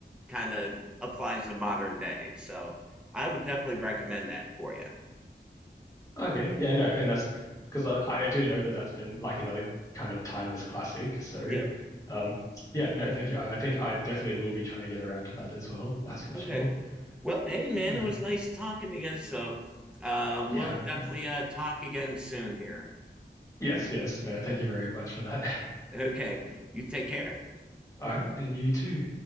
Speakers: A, in the centre; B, on the left (about 15°).
A: kind of applies to modern day. So I would definitely recommend that for you.
B: Okay, yeah, no, and that's because I, I do know that that's been like another kind of timeless classic. So,
A: Yep.
B: um, yeah, no, thank you. I, I think I definitely will be trying to get around to that as well. That's for
A: Okay.
B: sure.
A: Well, hey man,
B: Yeah,
A: it was nice talking to you. So uh,
B: yeah,
A: we'll definitely
B: yeah.
A: uh, talk again soon here.
B: Yes, yes. No, thank you very much for that. <laughs>
A: Okay. You take care.
B: All right, and you too.